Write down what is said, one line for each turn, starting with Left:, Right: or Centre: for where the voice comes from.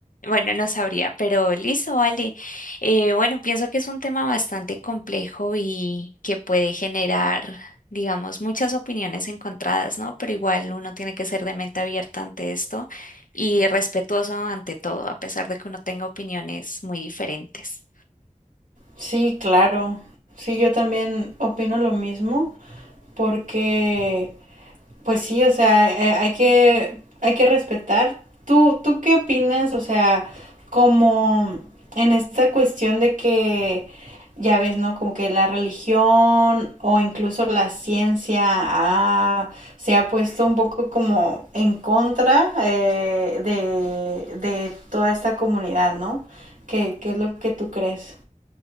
Left: Bueno, no sabría, pero listo, vale. Eh, bueno, pienso que es un tema bastante complejo y que puede generar, digamos, muchas opiniones encontradas, ¿no? Pero igual uno tiene que ser de mente abierta ante esto y respetuoso ante todo, a pesar de que uno tenga opiniones muy diferentes.
Right: Sí, claro. Sí, yo también opino lo mismo, porque Pues sí, o sea, eh, hay que, hay que respetar. ¿Tú, tú qué opinas? O sea, como en esta cuestión de que, ya ves, ¿no? Como que la religión o incluso la ciencia ha- se ha puesto un poco como en contra eh, de, de toda esta comunidad, ¿no? ¿Qué, qué es lo que tú crees?